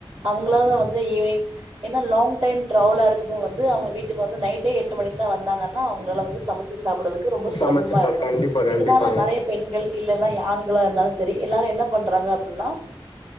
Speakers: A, on the right; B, on the left.
A: அவுங்களா தான் வந்து ஈவ்னிங் ஏன்னா லாங் டைம் டிரவலா இருக்கப்ப வந்து அவுங்க வீட்டுக்கு வந்து நைட்டே எட்டு மணிக்கு தான் வந்தாங்கன் னா அவுங்களால வந்து சமைச்சு சாப்டுறதுக்கு ரொம்ப சிரமமா
B: சமைச்சு சா
A: இருக்கும்.
B: கண்டிப்பா கண்டிப்பாங்க
A: இதுனால நெறைய பெண்கள் இல்லன்னா ஆண்களா இருந்தாலும் சரி எல்லாரும் என்ன பண்றாங்க அப்டின்னா